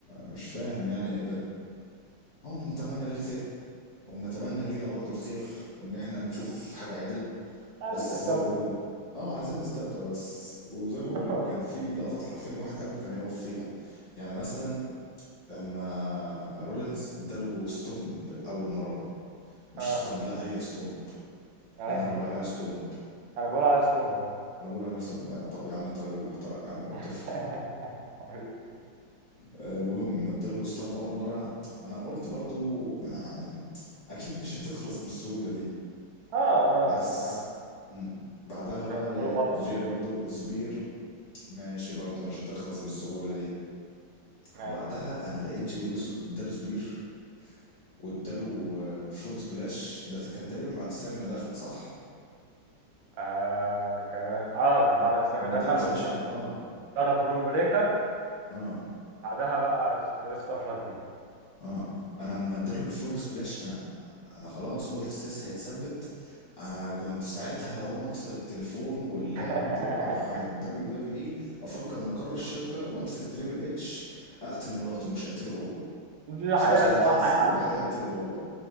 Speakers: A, on the left; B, on the right.
A: مش فاهم يعني ايه ده او نتمنى ليه الخير ونتمنى لينا برضو الخير وان احنا نشوف
B: <laughs>
A: حاجة عدلة
B: عايزين
A: بس
B: نستمتع
A: زي ما بقول لك اه عايزين نستمتع بس وزي ما بقول
B: <laughs>
A: لك كان في لقطات حرفيا الواحد قلبه كان هيقف فيها يعني مثلا لما رولينز اداله ستومب الاول مرة مش
B: اه
A: ستومب لا هي ستومب
B: أيوة.
A: انا هقول عليها
B: <laughs>
A: ستومب
B: انا بقول على ستومبو برضه
A: انا بقول على اسطم طب يا عم انت راجل محترم يا عم وبتفهم
B: <laughs> حبيبي.
A: آه، المهم لما اداله ستامب اول مره انا قلت برضو يعني اكيد مش هتخلص بالسهوله دي
B: اه
A: بس
B: اه الصراحه
A: مم. بعدها
B: مش
A: بقى
B: هختاره
A: لقيت
B: بطل
A: جاي
B: كده
A: برضو سبير ماشي برضو مش هتخلص بالسهوله دي
B: اي
A: بعدها انا لقيت جاي اوسو اداله سبير واداله آه، فروج سبلاش ده كان تقريبا بعد سامي ما دخل صح
B: آه كان اه كان بعد ما سامي
A: اما
B: دخل
A: اداله الفنشات
B: وخ-
A: اه
B: ضرب بروم بريكر
A: اه
B: بعدها بقى اسمه ايه استفرد بيه
A: اه انا اما اداله الفروج سبلاش انا انا خلاص قلت سيس هيتثبت انا كنت ساعتها هقوم اكسر التليفون واللاب
B: <laughs>
A: وهروح على الدبليو دبليو اي افجر مقر الشركه وامسك تريبل اتش اقتل مراته مش اقتله هو
B: دي الحقيقه
A: عشان اخليه
B: الصراحه
A: يتعذب
B: يعني
A: وبعدها اقتله هو